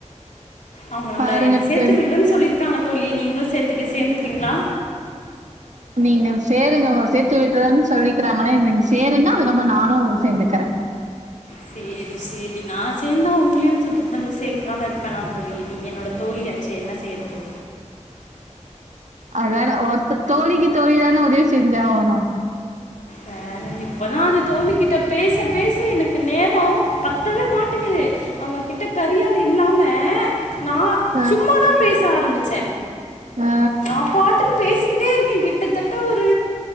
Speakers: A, on the left; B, on the right.
A: அவுங்க நம்ப்ள
B: பாருங்க
A: என்ன சேர்த்து
B: சார்.
A: விடுறன் சொல்லி இருக்காங்க தோழி நீங்ளு சேத்துக்க சேந்துக்றீங்ளா
B: நீங்க சேருங்க உங் சேத்து விட்றன் சொல்லிக்கிறாங்களே நீங் சேரிங்கனா <unintelligible> நானு சேந்துக்கறே
A: சேரி சேரி நா சேந்தா உங்ளியு தூக்கி வந்து சேக்காம இருப்பனா தோழி நீங்க என்னோட தோழியாச்சே என்ன செய்யற்து
B: அதான ஒர்த்த தோழிக்கு தோழி தானே உதவி செஞ்சாவனோ
A: வேறென்ன இப்பதா அந்த தோழி கிட்ட பேச பேச எனக்கு நேரோ பத்தவே மாட்டேங்குது அவுங்ககிட்ட கறியால இல்லாம நா
B: ஆ
A: சும்மாதா பேச ஆரம்பிச்ச
B: ஆ
A: நா பாட்டுக்கு பேசிக்கிட்டே இருக்கே கிட்டத்தட் ட ஒரு